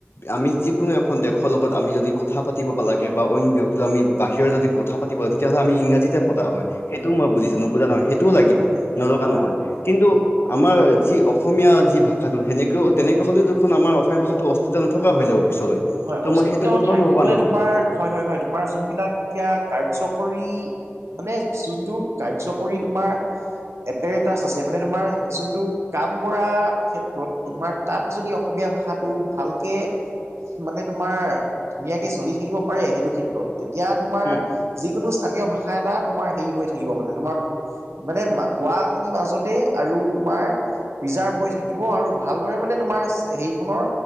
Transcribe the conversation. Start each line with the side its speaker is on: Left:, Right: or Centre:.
Left: আমি যিকোনো এখন দেশৰ লগত আমি যদি কথা পাতিব লাগে বা অইন ব্যক্তি আমি বাহিৰৰ যদি কথা পাতিব লাগে তেতিয়াহ'লে আমি ইংৰাজী তে পতা হয় সেইটোও মই বুজিছো নুবুজা নহয় সেইটোও লাগিব
Right: হয়,
Left: নলগা
Right: হয়,
Left: নহয়
Right: হয়, হয়।
Left: কিন্তু আমাৰ যি অসমীয়া যি ভাষাটো সেনেকেও তেনেকে হলেও দেখোন আমাৰ অসমীয়া ভাষাটো অ তেতিয়া নথকা হৈ যাব পিছলৈ।
Right: হয়
Left: ত'
Right: অস্তিত্ব
Left: মই সেইটো কথাও
Right: থাকিবলে
Left: নভবা নহয়
Right: তোমাৰ হয়- হয় -হয় তোমাৰ যোনবিলাক এতিয়া কাৰ্যকৰী মানে যোনটো কাৰ্যকৰী তোমাৰ এপেৰেটাছ আছে মানে তোমাৰ যোনটো কাম কৰা ক্ষেত্ৰত তোমাক তাত যদি অসমীয়া ভাষাটো ভালকে মানে তোমাৰ ধুনীয়াকে চলি থাকিব পাৰে সেইটো ক্ষেত্ৰত তেতিয়া তোমাৰ
Left: উম
Right: যিকোনো স্থানীয় ভাষা এটা তোমাৰ হেৰি হৈ থাকিব মানে তোমাৰ মানে মা কোৱা খিনিৰ মাজতেই আৰু তোমাৰ প্ৰিজাৰ্ভ হৈ থাকিব আৰু ভালদৰে মানে তোমাৰ সেইখনৰ